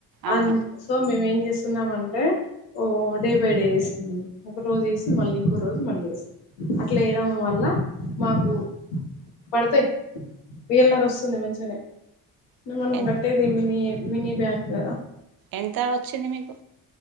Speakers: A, on the right; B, on the left.
A: అవును
B: అంద్ సో మేము ఏం చేస్తున్నామంటే ఓ డే బై డే ఒక రోజు వేసి మళ్ళీ ఇంకో రోజు మళ్ళీస్తాం అట్లా ఏయడం వల్ల మాకు పడతాయి వీళనారు వస్తుంది మంచిగానే మనం
A: ఎన్
B: గట్టేది మినీ మినీ బ్యాంక్ కదా
A: ఎంత వచ్చింది మీకు